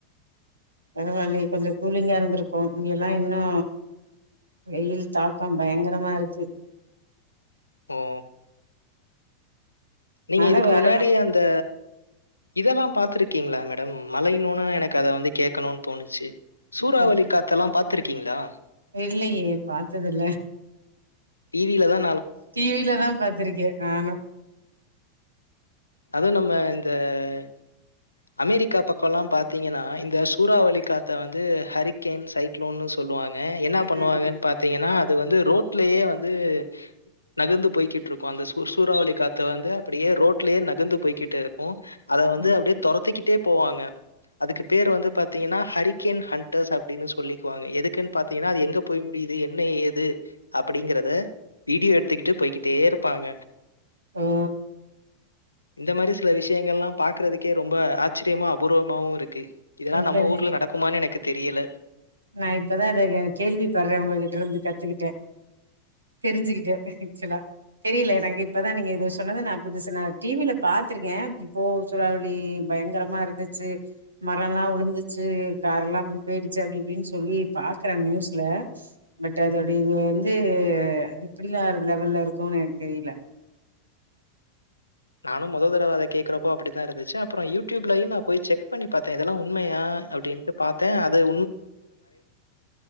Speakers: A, on the right (about 75°); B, on the left (about 80°).
A: பரவால்ல கொஞ்சோ கூலிங்கா இருந்துருக்கும் இங்க எல்லா இன்னு வெயில் தாக்கம் பயங்கரமா இருக்கு
B: ம் நீங்க
A: மழ
B: இதுக்கு
A: வரணு
B: முன்னாடி அந்த இதல்லா பாத்துருக்கீங்களா மேடம் மழைய்ணோன்ன எனக்கு அத வந்து கேக்கணுன்னு தோணுச்சி சூறாவளி
A: ம்
B: காத்தெல்லா பாத்துருக்கீங்களா
A: இல்லையே பாத்ததில்ல
B: டீவில தா
A: டீவிலதா பாத்திருக்கே நானும்
B: அதுவு நம்ம இந்த ஹாய் அமெரிக்கா பக்கம் லா பாத்தீங்கன்னா இந்த சூறாவளி காத்து வந்து ஹரிகேன் சைக்ளோன்னு சொ சொல்லுவாங்க என்ன
A: ம்
B: பண்ணுவாங்கன்னு பாத்தீங்கன்னா அது வந்து ரோட்லேயே வந்து நகந்து போய்கிட்டு இருக்கும் அந்த சூ சூறாவளி காத்து வந்து அப்டியே ரோட்லயே நகந்து போய்கிட்டு இருக்கும் அத வந்து
A: ம்
B: அப்டே தொரத்திகிட்டே போவாங்க அதுக்கு பேர் வந்து பாத்தீங்கன்னா ஹரி கென் ஹன்டர்ஸ் அப்டின்னு சொல்லிக்குவாங்க எதுக்குன்னு பாத்தீங்கன்னா அது எங்க போய் முடியுது என்ன ஏது அப்டிங்கறத வீடியோ எடுத்துக்கிட்டு போய்கிட்டே இருப்பாங்க
A: ஓஓ
B: இந்த மாரி சில விஷயங்கள் எல்லா பாக்குறதுக்கு ரொம்ப ஆச்சரியமா அபூர்வமாவும் இருக்கு க்கு இதெல்லா
A: இப்ப
B: நம்ம ஊர்ல நடக்குமான்னு எனக்கு தெரியல
A: நா இப்பதா அத கேள்வி படுற உங்ககிட்ட இருந்து கத்துக்கிட்டன் தெரிஞ்சுக்கிட்டேன் ஆக்சுவலா தெரியல எனக்கு இப்பதா நீங்க இது சொன்னது நா புதுசு நா டீவில பாத்திருக்கேன் இப்போ சூறாவளி பயங்கரமா இருந்துச்சு மர எல்லா உழுந்துச்சு காரெல்லா அப்டி போயிடுச்சு அப்டி அப்டின்னு சொல்லி பாக்குற நியூஸ்ல பட் அதோட இது வந்து இப்டில லெவல்ல இருக்கோனு எனக்கு தெரில
B: நானு முத தடவ அத கேக்குறப்போ அப்டிதா இருந்துச்சு அப்றோ யூ டியூப்லயும் நா போய் செக் பண்ணி பாத்தேன் இதெல்லா உண்மையா அப்டின்ட்டு பாத்தே அது